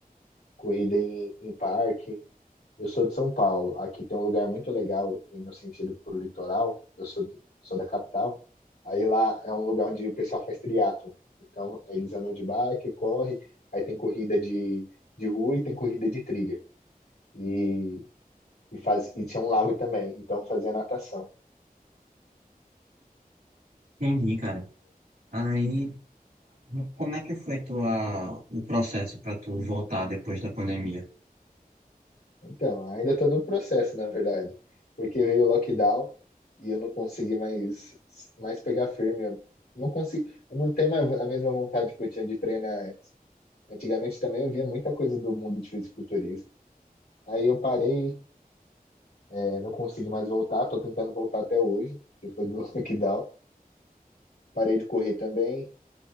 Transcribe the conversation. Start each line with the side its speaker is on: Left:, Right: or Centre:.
Left: corrida em, em parque. Eu sou de São Paulo. Aqui tem um lugar muito legal, em meu sentido, pro litoral. Eu sou, de- sou da capital. Aí lá é um lugar onde o pessoal faz triatlo. Então, eles andam de bike, corre. Aí tem corrida de, de rua e tem corrida de trilha. E, e, faz, e tinha um lago também. Então, fazia natação.
Right: Entendi, cara. Aí, como é que foi tua, o processo para tu voltar depois da pandemia?
Left: Então, ainda estou no processo, na verdade, porque veio o lockdown e eu não consegui mais, mais pegar firme. Eu não consigo, eu não tenho mais a mesma vontade que eu tinha de treinar antes. Antigamente também eu via muita coisa do mundo de fisiculturismo. Aí eu parei, eh, não consigo mais voltar, estou tentando voltar até hoje, depois do <laughs> lockdown. Parei de correr também,